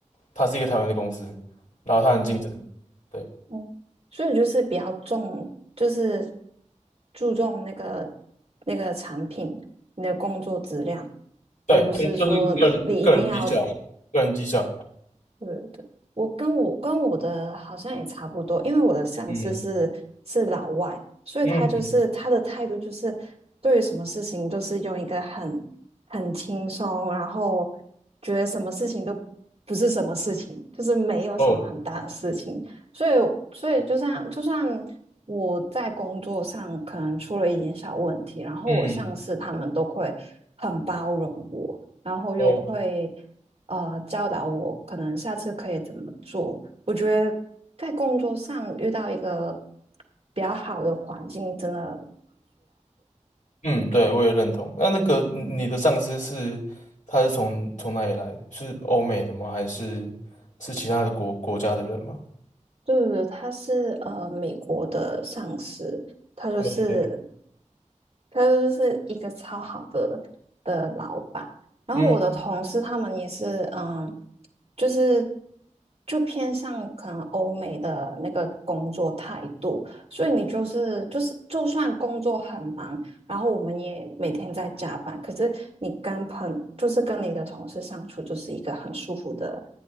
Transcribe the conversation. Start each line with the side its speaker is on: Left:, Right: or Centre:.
Left: 它是一个台湾的公司，然后它很竞争，
Right: 嗯
Left: 对
Right: 嗯，所以就是比较重，就是注重那个那个产品，你的工作质量，
Left: 对，
Right: 而不是说你一定要。
Left: 嗯就是个人个人绩效，个人绩效，
Right: 对对对，我跟我跟我的好像也差不多，因为我的上司是是老外，
Left: 嗯
Right: 所以他就是他的态度就是对于什么事情都是用一个很很轻松，
Left: 嗯
Right: 然后觉得什么事情都不是什么事情，就是没有什么很大的事情，
Left: 哦
Right: 所以所以就像就算我在工作上可能出了一点小问题，然后我上司他们都会很包容我。
Left: 嗯
Right: 然后又会
Left: 哦
Right: 呃教导我，可能下次可以怎么做。我觉得在工作上遇到一个比较好的环境，真的
Left: 嗯，对，我也认同。那那个你你的上司是他是从从哪里来的？是欧美的吗？还是是其他的国国家的人吗
Right: 对对对，他是呃美国的上司，他就是
Left: ？OK
Right: 他就是一个超好的的老板。然后我的同事他们也是，
Left: 嗯
Right: 嗯，就是就偏向可能欧美的那个工作态度，所以你就是就是就算工作很忙，然后我们也每天在加班，可是你跟朋就是跟你的同事相处，就是一个很舒服的。